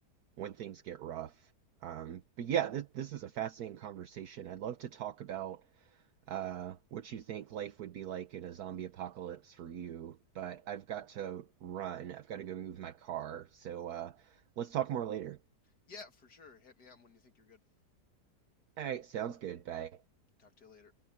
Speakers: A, on the right (about 70°); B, on the left (about 75°).
A: when things get rough. Um, but yeah, this this is a fascinating conversation. I'd love to talk about uh, what you think life would be like in a zombie apocalypse for you, but I've got to run. I've got to go move my car. So uh, let's talk more later.
B: Yeah, for sure. Hit me up when you think you're good.
A: All right, sounds good. Bye.
B: Talk to you later.